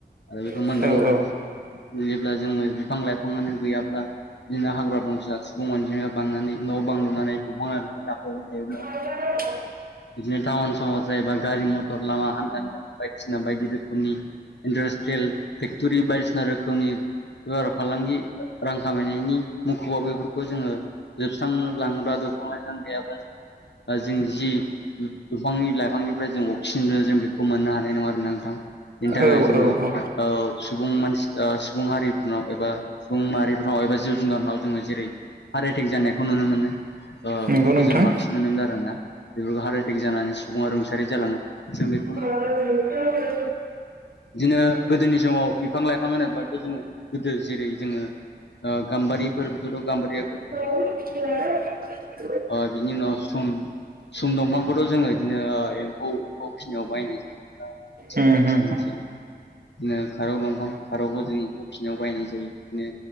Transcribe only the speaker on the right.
औ
औ
औ औ
औ औ
नंगौ
नोंथां
<inaudible>
औ ह
उम उम